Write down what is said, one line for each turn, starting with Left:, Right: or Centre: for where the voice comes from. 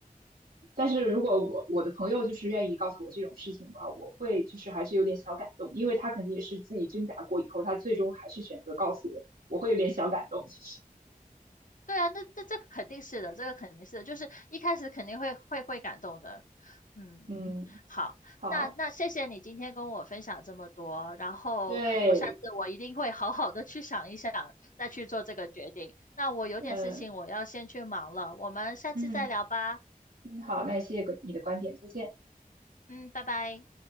Right: 但是如果我我的朋友就是愿意告诉我这种事情的话，我会就是还是有点小感动，因为他肯定也是自己挣扎过以后，他最终还是选择告诉我，我会有点小感动。其实，
Left: 对啊，那这这个肯定是的，这个肯定是的，就是一开始肯定会会会感动的。嗯，
Right: 嗯，
Left: 好，
Right: 好，
Left: 那那谢谢你今天跟我分享这么多，然后我下次我一定会好好的去想一想，
Right: 对，
Left: 再去做这个决定。那我有点事情我要先去忙了，
Right: 嗯呃
Left: 我们下次再聊吧。
Right: 嗯嗯，好，那谢谢你的观点，再见。
Left: 嗯，拜拜。